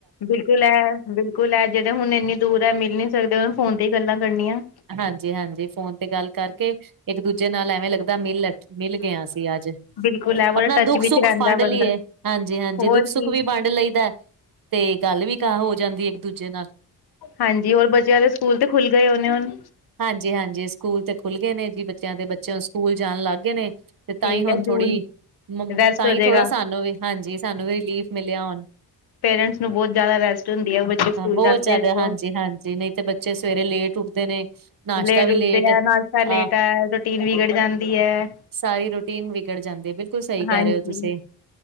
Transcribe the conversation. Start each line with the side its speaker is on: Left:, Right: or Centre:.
Left: ਬਿਲਕੁਲ ਐ, ਬਿਲਕੁਲ ਐ, ਜਿਹੜੇ ਹੁਣ ਇੰਨੀ ਦੂਰ ਹੈ, ਮਿਲ ਨੀ ਸਕਦੇ, ਉਹਨੇ ਫੋਨ ਤੇ ਹੀ ਗੱਲਾਂ ਕਰਨੀਆਂ।
Right: ਹਾਂਜੀ-ਹਾਂਜੀ, ਫੋਨ ਤੇ ਗੱਲ ਕਰਕੇ ਇੱਕ ਦੂਜੇ ਨਾਲ ਐਵੇਂ ਲੱਗਦਾ, ਮਿਲ, ਮਿਲ ਗਿਆ ਅਸੀ ਅਜ
Left: ਬਿਲਕੁਲ ਹੈ ਬੜਾ
Right: ਆਪਣਾ
Left: ਟੱਚ
Right: ਦੁੱਖ-ਸੁੱਖ
Left: ਵਿੱਚ ਰਹਿੰਦਾ
Right: ਫੰਡ
Left: ਬੰਦਾ।
Right: ਲੀਏ। ਹਾਂਜੀ-ਹਾਂਜੀ,
Left: ਹੋਰ
Right: ਦੁੱਖ-ਸੁੱਖ
Left: ਕੀ,
Right: ਵੀ ਵੰਡ ਲਈਦਾ, ਤੇ ਗੱਲ ਵੀ ਕਾਹ ਹੋ ਜਾਂਦੀ ਇੱਕ-ਦੂਜੇ ਨਾਲ।
Left: ਹਾਂਜੀ, ਹੋਰ ਬੱਚਿਆ ਦੇ ਸਕੂਲ ਤੇ ਖੁੱਲ ਗਏ ਹੋਨੇ, ਹੁਣ।
Right: ਹਾਂਜੀ-ਹਾਂਜੀ, ਸਕੂਲ ਤੇ ਖੁੱਲ ਗਏ ਨੇ ਜੀ ਬੱਚਿਆਂ ਦੇ, ਬੱਚੇ ਸਕੂਲ ਜਾਣ ਲੱਗ ਗਏ ਨੇ। ਤੇ ਤਾਹੀ
Left: ਠੀਕ
Right: ਹੁਣ
Left: ਹੈ ਜੂਨ
Right: ਥੋੜੀ,
Left: ਰੈਸਟ
Right: ਤਾਂਹੀ
Left: ਹੋ ਜਾਏਗਾ
Right: ਥੋੜ੍ਹਾ ਸਾਨੂੰ ਵੀ, ਹਾਂਜੀ, ਸਾਨੂੰ ਵੀ ਰਿਲੀਫ਼ ਮਿਲਿਆ ਹੁਣ।
Left: ਪੇਰੈਂਟਸ ਨੂੰ ਬਹੁਤ ਜ਼ਿਆਦਾ ਰੈਸਟ ਹੁੰਦੀ ਹੈ ਬੱਚੇ ਸਕੂਲ
Right: ਬਹੁਤ
Left: ਜਾਂਦੇ
Right: ਜ਼ਿਆਦਾ
Left: ਆ ਜਦੋਂ
Right: ਹਾਂਜੀ-ਹਾਂਜੀ, ਨਹੀਂ ਤੇ ਬੱਚੇ ਸਵੇਰੇ ਲੇਟ ਉੱਠਦੇ ਨੇ ਨਾਸ਼ਤਾ
Left: ਲੇਟ
Right: ਵੀ
Left: ਉੱਠਦੇ ਆ ਨਾਸ਼ਾਤਾਂ ਲੇਟ
Right: ਆਹ
Left: ਆ ਰੂਟੀਨ ਵਿਗੜ ਜਾਂਦੀ ਹੈ
Right: ਸਾਰੀ ਰੂਟੀਨ ਵਿਗੜ ਜਾਂਦੀ ਬਿਲਕੁਲ ਸਹੀ ਕਹਿ
Left: ਹਾਂਜੀ
Right: ਰਹੇ ਹੋ ਤੁਸੀਂ